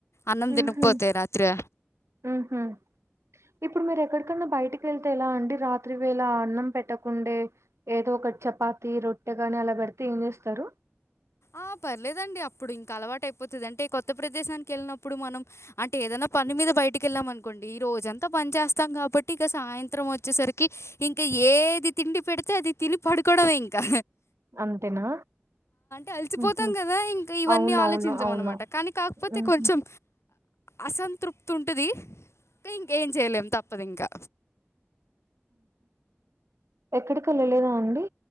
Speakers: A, on the left; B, on the right.
A: అన్నం
B: మ్హూ
A: తినకపోతే రాత్రి
B: మ్హూ ఇప్పుడు మీరు ఎక్కడికన్నా బయటకి వెళ్తే ఎలా అండి రాత్రి వేళ అన్నం పెట్టకుండే ఏదో ఒకటి చెప్ చపాతి, రొట్టె కాని అలా పెడితే ఏం చేస్తారు
A: ఆ పర్లేదండి అప్పుడు ఇంకా అలవాటు అయిపోతుంది అంటే కొత్త ప్రదేశానికి వెళ్ళినప్పుడు మనం అంటే ఏదన్నా పని మీద బయటకెళ్ళాం అనుకోండి ఈ రోజంత పని చేస్తాం కాబట్టి ఇక సాయంత్రం వచ్చేసరికి ఇంక ఏది తిండి పెడితే అది తిని పడుకోవడమే ఇంకా
B: అంతేనా
A: కలిసిపోతాం
B: మ్హూ
A: కదా ఇంకా ఇవన్నీ
B: అవునవును
A: ఆలోచించాం
B: అవును
A: అనమాట కానీ కాకపోతే
B: మ్హూ
A: కొంచెం అసంతృప్తి ఉంటది ఇంకేం చేయలేము తప్పదు ఇంకా
B: ఎక్కడికి వెళ్ళలేదా అండి